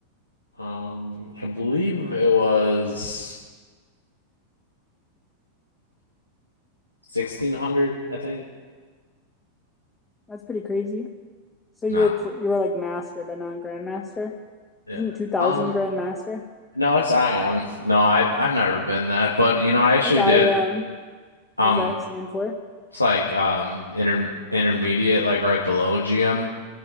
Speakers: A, on the left (about 85°); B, on the left (about 15°).
A: Um, I believe it was 1600, I think.
B: That's pretty crazy. So you
A: No.
B: were cl- you were like master, but not grandmaster.
A: Yeah.
B: Isn't two thousand
A: Um,
B: grandmaster?
A: no, it's I am. No, I I've never been that, but you know, I actually
B: What's IM?
A: did
B: What
A: um
B: does that stand for?
A: it's like um inter intermediate like right below GM.